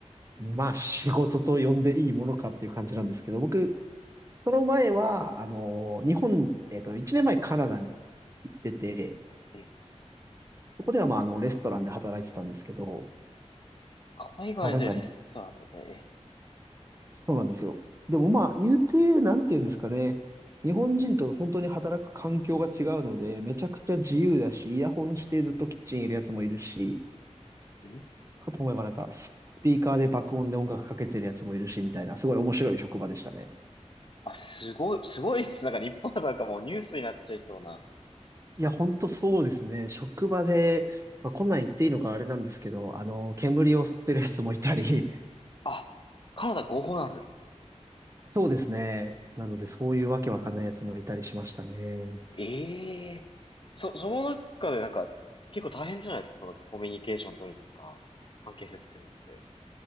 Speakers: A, on the right; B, on the left.
A: まあ仕事と呼んでいいものかっていう感じなんですけど、僕その前は、あの、日本、えっと、1年前カナダに行ってて、
B: え、
A: そこではまあ、あの、レストランで働いてたんですけど、
B: 海外でレストランでね、
A: まあなんか、そうなんですよ。でもまあ、言うて、なんて言うんですかね。日本人と本当に働く環境が違うので、めちゃくちゃ自由だし、イヤホンしてずっとキッチンいるやつもいるし、
B: え、ん
A: かと思えばなんか、ススピーカーで爆音で音楽かけてるやつもいるし、みたいな、すごい面白い職場でしたね。
B: あ、すごい、すごいです。なんか日本はなんかもうニュースになっちゃいそうな。
A: いや、ほんとそうですね。職場で、まあ、こんなん言っていいのかあれなんですけど、あの、煙を吸ってるやつもいたり、
B: あ、カナダ合法なんですね。
A: <laughs> そうですね。なので、そういうわけわかんないやつもいたりしましたね。
B: ええそ、その中でなんか結構大変じゃないですかそのコミュニケーション取るとか、関係性作るのって。